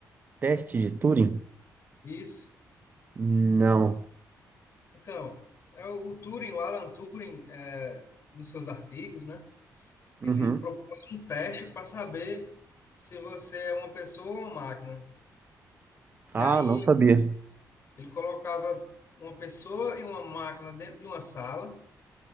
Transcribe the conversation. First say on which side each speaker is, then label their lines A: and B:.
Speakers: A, on the right; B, on the left.
A: Teste de Turing?
B: Isso.
A: Não.
B: Então, é o, o Turing, o Alan Turing, é, nos seus artigos, né?
A: Uhum.
B: Ele propõe um teste para saber se você é uma pessoa ou uma máquina.
A: Ah,
B: E aí
A: não sabia.
B: ele colocava uma pessoa e uma máquina dentro de uma sala